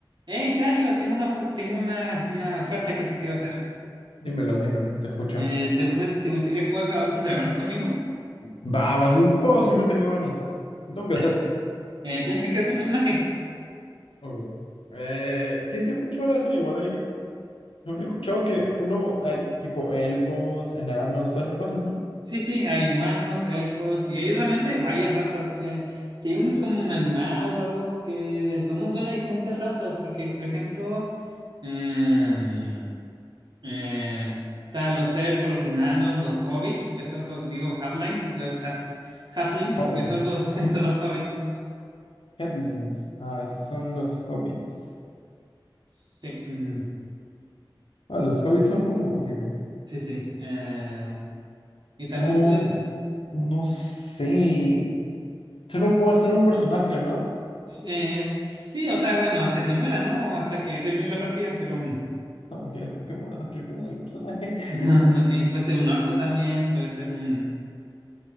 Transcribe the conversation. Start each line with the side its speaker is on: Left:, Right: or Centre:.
Right: Hey, Dario, tengo una, ofer- tengo una, una oferta que te quiero hacer.
Left: Dímelo, dímelo, te escucho.
Right: Eh, ¿te, gu- te gustaría jugar Calabozos y Dragones conmigo?
Left: Va, va, nunca he jugado, siempre he tenido ganas. ¿Qué tengo que
Right: Ya.
Left: hacer?
Right: Eh, tienes que crear tu personaje.
Left: Ok. Eh, sí, se escuchó de hacer igual ahí. Siempre he escuchado que uno hay tipo elfos, enanos, todas esas cosas, ¿no?
Right: Sí, sí, hay humanos, elfos y hay realmente varias razas. eh, si hay un, como un animal o algo que podemos ver las diferentes razas, porque por ejemplo, em, eh, están los elfos, los enanos, los hobbits, que son los, digo, halflings, los half- halflings,
Left: Howl,
Right: que son los, <laughs> son los hobbits.
Left: Headlings. Ah, esos son los hobbits.
Right: Sí, mm,
Left: Ah, los hobbits son como. Ok, ok.
Right: sí, sí. em, Y también,
Left: Oh,
Right: pues,
Left: no sé. Solo puedo hacer un personaje, ¿no? <laughs>
Right: eh, sí, o sea, bueno, hasta que muera, ¿no? O hasta que termine la partida, pero mm,
Left: Ah, Ok, hasta que muera, no quiero que muera mi personaje.
Right: <laughs> no,
Left: <laughs>
Right: no, eh, puede ser un orco también, puede ser un,